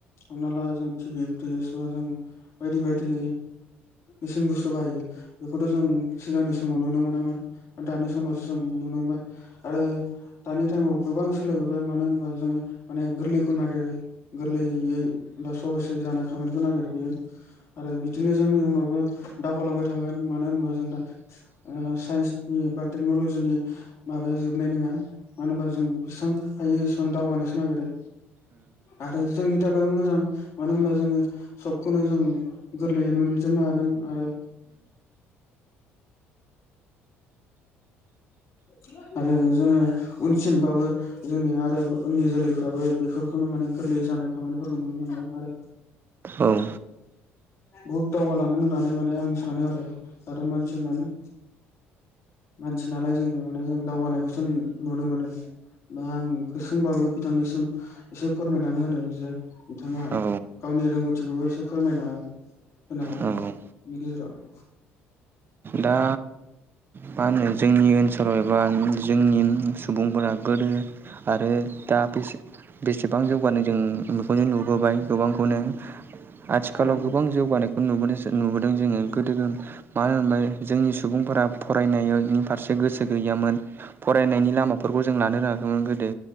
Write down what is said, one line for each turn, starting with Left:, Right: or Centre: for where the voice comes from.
Left: हमना ला जों टिभि फ्रिस बा जों बायदि बायदि। मेसिन बुस्थु बाहायो बेखौथ' जों सिगांनि समाव नुनो मोनामोन दानि समावसो जों नुनो मोनबाय आरो दानि टाइमाव गोबां सोलायबोबाय मानो होनबा जोङो माने गोरलैखौ नागिरो। गोरलैयै बा सहसै जानाय खामानिखौ नागिरबोयो आरो बिदिनो जोंनि उनावबो दावगालांबाय थागोन मानो होनोबा जों दा‌ ओ साइन्सनि बा टेक्न'लजिनि माबाया जोबनाय नङा मानो होनबा जों बेसेबां हायो एसेबां दावगानोसो नागिरो आरो जोंनि थाखायबो मोजां मानो होनबा जोङो सबखौनो जों गोरलैयै मोनजोबनो हागोन आरो <unintelligible> आरो जोङो उनसिमबाबो जोंनि आरो उननि जोलैफ्राबो बेफोरखौनो माने गोरलै जानाय खामानिफोरखौ नुनो मोनगोन आरो
Right: ओं।
Left: बुहुद दावगालांगोन होननानै माने आं सानो आरो आरो मानसि होनबानो मानसि नालाय जोङो माने जों दावगानायखौसो नु नुनो मोनो। दा आं गुसुं बाबो बिथांनिसिम एसे फोरमायनानै होदों जे बिथाङा
Right: औ
Left: गावनि रोंगौथिखौबो एसे फोरमायना होनो हागोन
Right: औ
Left: बेनि गेजेराव।
Right: दा मा होनो जोंनि ओनसोलाव एबा जोंनि बुंफोरा गोदो आरो दा बेसे बेसेबां जौगानाय जों <unintelligible> नुबोबाय गोबांखौनो आथिखालाव
Left: औ
Right: गोबां जौगानाय बेखौ नुबोदोंसो नुबोदों जोङो गोदो मानो होनोमोनलाय जोंनि सुबुंफोरा फरायनायनि फारसे गोसो गैयामोन। फरायनायनि लामाफोरखौ जों लानो रोङाखैमोन गोदो